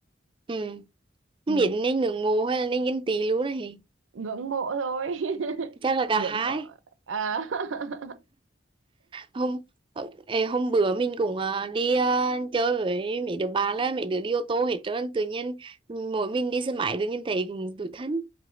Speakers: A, on the right (about 25°); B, on the right (about 85°).
A: ừ không
B: ừ.
A: biết nên ngưỡng mộ hay là nên ghen tị luôn này
B: ngưỡng mộ thôi <laughs>
A: chắc là cả
B: ngưỡng
A: hai
B: mộ à. <laughs>
A: hôm ờ, ê, hôm bữa mình cũng ờ, đi ờ, chơi với mấy đứa bạn là mấy đứa đi ô tô hết trơn tự nhiên mỗi mình đi xe máy tự nhiên thấy cũng tủi thân